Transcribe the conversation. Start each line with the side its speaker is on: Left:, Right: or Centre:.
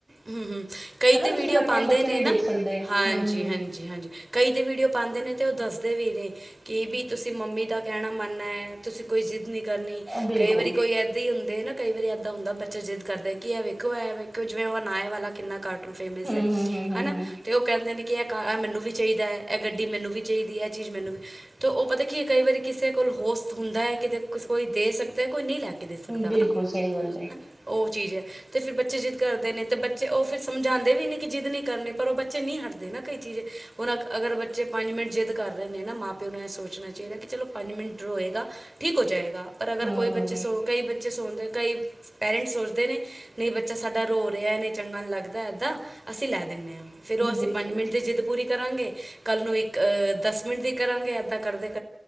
Right: ਹੂ ਹੂ ਕਈ
Centre: ਹਨਾ
Right: ਤੇ
Centre: ਤੁਸੀਂ
Right: ਵੀਡੀਓ
Centre: ਹਰ
Right: ਪਾਉਂਦੇ
Centre: ਟਾਈਮ ਬੱਚੇ
Right: ਨੇ
Centre: ਨਹੀਂ
Right: ਨਾ,
Centre: ਦੇਖ ਸਕਦੇ
Right: ਹਾਂਜੀ
Centre: ਹੂੰ ਹੂੰ
Right: ਹਾਂਜੀ ਹਾਂਜੀ ਕਈ ਤੇ ਵੀਡੀਓ ਪਾਉਂਦੇ ਨੇ, ਤੇ ਉਹ ਦੱਸਦੇ ਵੀ ਨੇ ਕਿ ਵੀ ਤੁਸੀਂ ਮੰਮੀ ਦਾ ਕਹਿਣਾ ਮੰਨਨਾ ਹੈ। ਤੁਸੀਂ ਕੋਈ ਜ਼ਿੱਦ ਨਹੀਂ ਕਰਨੀ,
Centre: ਬਿਲਕੁਲ
Right: ਕਈ ਵਾਰੀ ਕੋਈ ਇਦ। ਹੀ ਹੁੰਦੇ ਨਾ ਕਈ ਵਾਰੀ ਏਦਾਂ ਹੁੰਦਾ, ਬੱਚਾ ਜਿੱਦ ਕਰਦਾ ਕਿ ਇਹ ਵੇਖੋ, ਇਹ ਵੇਖੋ, ਜਿਵੇਂ ਉਹ ਨਏ ਵਾਲਾ ਕਿੰਨਾ, ਕਾਰਟੂਨ ਫੇਮਸ
Centre: ਹੂੰ
Right: ਹੈ
Centre: ਹੂੰ ਹੂੰ ਹੂੰ
Right: ਹੈਨਾ।
Centre: ਹੂੰ
Right: ਤੇ ਉਹ ਕਹਿੰਦੇ ਨੇ ਕਿ ਇਹ ਕ ਮੈਨੂੰ ਵੀ ਚਾਹੀਦਾ ਹੈ। ਇਹ ਗੱਡੀ ਮੈਨੂੰ ਵੀ ਚਾਹੀਦੀ, ਇਹ ਚੀਜ਼ ਮੈਨੂੰ ਵੀ, ਤੇ ਉਹ ਪਤਾ ਕੀ ਹੈ ਕਈ ਵਾਰੀ ਕਿਸੇ ਕੋਲ ਹੋਸਤ ਹੁੰਦਾ ਹੈ। ਕਿ ਕੋਈ ਦੇ ਸਕਦਾ ਹੈ। ਕੋਈ ਨਹੀਂ ਲੈ, ਕੇ ਦੇ ਸਕਦਾ
Centre: ਬਿਲਕੁਲ
Right: ਹਨਾ
Centre: ਸਹੀ ਗੱਲ ਹੈ।
Right: ਹਨਾ ਉਹ ਚੀਜ਼ ਹੈ, ਤੇ ਫਿਰ ਬੱਚੇ ਜਿੱਦ, ਕਰਦੇ ਨੇ, ਤੇ ਬੱਚੇ ਉਹ ਫਿਰ ਸਮਝਾਉਂਦੇ ਵੀ ਨੇ, ਕਿ ਜਿੱਦ ਨੀ ਕਰਨੀ, ਪਰ ਉਹ ਬੱਚੇ ਨਹੀਂ ਹਟਦੇ ਨਾ। ਕਈ ਚੀਜ਼ ਐ, ਹੁਣ ਅਗਰ ਬੱਚਾ, ਜੇ ਪੰਜ ਮਿੰਟ ਜਿੱਦ ਕਰਦੇ ਨੇ ਨਾ, ਮਾਂ ਪਿਓ ਨੂੰ ਇਹ ਸੋਚਣਾ ਚਾਹੀਦਾ, ਕਿ ਚਲੋ ਪੰਜ ਮਿੰਟ ਰੋਏਗਾ। ਠੀਕ ਹੋ ਜਾਏਗਾ। ਪਰ ਅਗਰ
Centre: ਹੂੰ
Right: ਕੋਈ
Centre: ਹੂੰ
Right: ਬੱਚੇ ਸੋ, ਕਈ ਬੱਚੇ ਸੋਚਦੇ ਕਈ ਪੇਰਸ ਸੋਚਦੇ ਨੇ ਨਹੀਂ ਬੱਚਾ ਸਾਡਾ, ਰੋ ਰਿਹਾ ਨੀ ਚੰਗਾ ਨੀ ਲੱਗਦਾ ਇਦਾਂ, ਅਸੀਂ ਲੈ ਦਿੰਨੇ ਆ, ਫਿਰ ਉਹ
Centre: ਹੂੰ
Right: ਅਸੀਂ
Centre: ਬਿਲਕੁਲ
Right: ਪੰਜ ਮਿੰਟ ਜਿੱਦ ਪੂਰੀ ਕੀਤੀ। ਕਰਾਂਗੇ, ਕੱਲ ਨੂੰ ਇੱਕ ਦਸ ਮਿੰਟ ਦੀ ਕਰਾਂਗੇ, ਇੱਦਾਂ ਕਰਦੇਂ-ਕਰਦੇ।